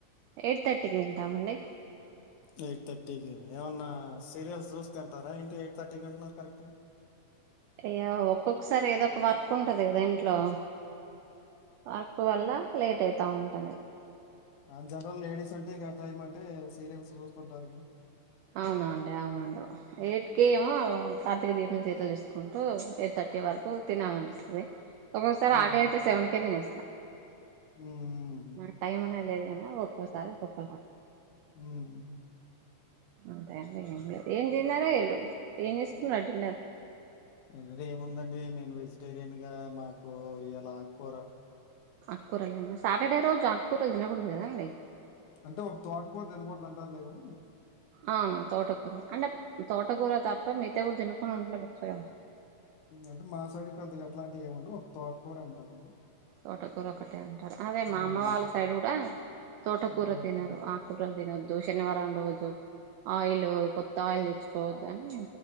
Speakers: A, on the right; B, on the left.
A: ఎయిట్ థర్టీకి తింటామండి.
B: ఎయిట్ థర్టీకి ఏమన్నా సీరియల్స్ చూస్ తంటారా. ఏంటి ఎయిట్ థర్టీకి అంటన్నారు కరెక్ట్ గా.
A: అయ్యా ఒక్కొక్కసారి ఏదో ఒక వర్క్ ఉంటది కదా ఇంట్లో. వర్కు వల్ళా లేట్ అయితా ఉంటది.
B: అ జనరల్ లేడీస్ అంటే ఇక టైం అంటే సీరియల్స్ చూస్తుంటారు.
A: అవునండి అవును ఎయిట్ కే ఏమో కార్తీక దీపం సీరియల్ చూసుకుంటూ, ఎయిట్ థర్టీ వరకు తినాలి అనిపిస్తది. ఒక్కొక్సారి
B: ఉమ్,
A: ఆకలియితే సెవెన్ కే తినేస్తా
B: ఉమ్,
A: నాక్ టైం అనేది లేదు కాని ఒక్కోసారి ఒక్కోక్కలాగా
B: ఉమ్.
A: అంత అండి ఏం లే ఏం తిన్నార ఏం ఏం చేసుకున్నారు డిన్నర్
B: ఏంటంటే ఏముందండి నేను వెజిటేరియన్ గా మాకు ఇలా ఆగకూర
A: అక్కూరల సాటర్డే రోజు ఆక్కూరలు తినకూడదు కదండి
B: అంటే ఒక తోటకూర తినకూడదు అంటారులే కానీ
A: ఆవును తోటకూర అంటే తోటకూర తప్ప మితేా కూడా తినుొని ఉంటరు కదా
B: అంటే మా సైడ్ పెద్దగా అట్లాంటివి ఏముండవు ఒక తోటకర అంటారండి
A: తోటకూర ఒకటే అంటారు అదే మా
B: ఉమ్,
A: అమ్మ వాళ్ళ సైడ్ కూడా తోట కూూర
B: ఉమ్,
A: తినరు ప్రదిన తినోద్దు శనివారం రోజు ఆయిలు కొత్త ఆయిల్ తెచ్చు పో ద్దనే